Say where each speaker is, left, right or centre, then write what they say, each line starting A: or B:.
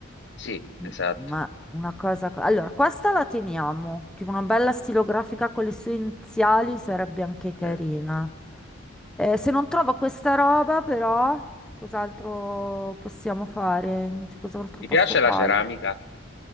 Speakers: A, on the left; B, in the centre.
A: Sì,
B: m-
A: esatto.
B: ma una cosa... co- Allora, questa la teniamo, tipo una bella stilografica con le sue iniziali sarebbe anche carina.
A: eh.
B: Eh, se non trovo questa roba, però, cos'altro possiamo fare? Cioè, Cos'altro
A: Ti
B: posso
A: piace
B: fare?
A: la ceramica?